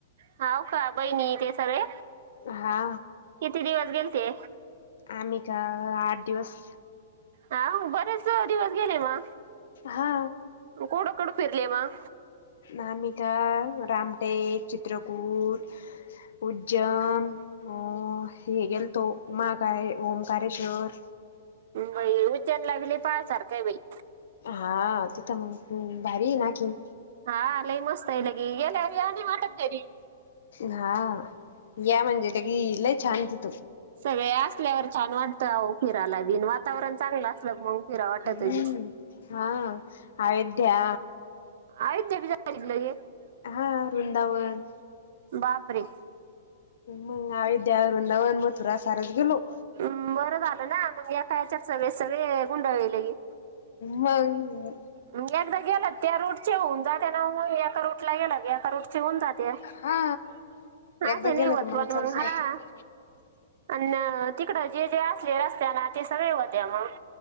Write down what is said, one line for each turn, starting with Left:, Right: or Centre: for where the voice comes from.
Right: हाव का बहिणी ते सगळे
Left: हा
Right: किती दिवस गेलते.
Left: आम्ही का आठ दिवस
Right: हा बरेच दिवस गेले म
Left: हा
Right: कुठ कुठ फिरले मग
Left: नामिका, रामटेक, चित्रकूट, उज्जैन अ हे गेल तो महाकाय, ओंकारेश्वर
Right: बाई उज्जैन ला बी लई पाय सारखय बाई
Left: हा तिथ मग भारी आहे ना की
Right: हा लई मस्त आहे लगी गेल्यावर या नाही वाटत घरी
Left: हा या म्हणजे त गी लय छान तिथ
Right: असल्यावर छान वाटतं फिरायला बिन वातावरण चांगलं असलं मग फिरा वाटत
Left: हम्म
Right: बी
Left: हा आयोध्या
Right: अयोध्या बी <unintelligible>
Left: हा वृंदावन
Right: बापरे!
Left: मंग अयोध्या, वृंदावन, मथुरा सारचं गेलो.
Right: अं बरं झालं ना मंग एका याच्यात सगळे सगळे गुंडळलेे.
Left: मंग
Right: मंग एकदा गेलं त्या रूटचे होऊन जात्या ना मंग एका रूट ला गेलां एका रूट चेहोवून जाते अशे
Left: हा एकदा
Right: नाय
Left: गेलं
Right: व्हतं
Left: का मग
Right: पण मंग
Left: चालूच
Right: हा
Left: राहत
Right: अन तिकड जे जे असले रस्त्या ना ते सगळे होत्या म